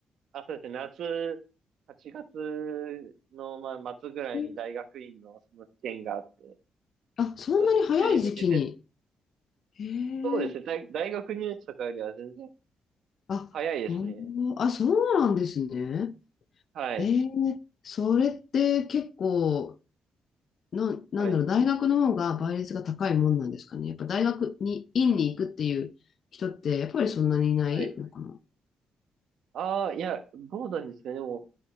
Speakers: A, on the right; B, on the left.
A: あ、そうですね。夏、8月の、まあ、末ぐらいに大学院のその試験があって、
B: えあ、そんなに早い時期に。
A: そうですね。それに向けて、
B: へ
A: そうですね。
B: え。
A: 大、大学入試とかよりは全然
B: あ、
A: 早いですね。
B: ほんまあ、そうなんですね。
A: はい。
B: ええ、それって結構な、なんだろう、
A: はい。
B: 大学の方が倍率が高いもんなんですかね。やっぱ大学に、院に行くっていう人って、やっぱりそんなにいないのかな。
A: はい。ああ、いや、どうなんですかね。でも、